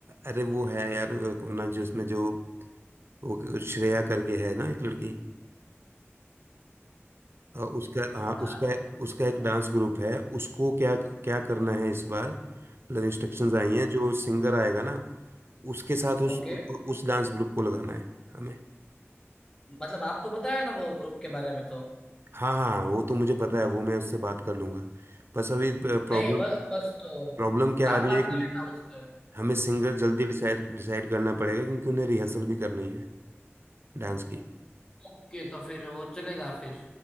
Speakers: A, on the right; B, on the left.
A: अरे वो है यार वो अपना जो उसमें जो वो श्रेया करके है ना एक लड़की अ, उसका हाँ
B: डांस
A: उसका उसका एक डांस ग्रुप है उसको क्या क्या करना है इस बार मतलब इंस्ट्रक्शंस आई हैं जो सिंगर आएगा ना उसके साथ उस
B: ओके
A: उ- उस डांस ग्रुप को लगाना है हमें
B: मतलब आपको पता है ना वो ग्रुप के बारे में तो
A: हाँ हाँ हाँ, वो तो मुझे पता है वो मैं उससे बात कर लूंगा बस अभी प्रॉब्लम
B: नहीं ब, बस तो
A: प्रॉब्लम क्या आ
B: आप
A: रही
B: बात
A: है कि
B: कर लेना उससे
A: हमें सिंगर जल्दी डिसाइड डिसाइड करना पड़ेगा क्योंकि उन्हें रिहर्सल भी करनी है डांस की
B: ओके तो फिर वो चलेगा फिर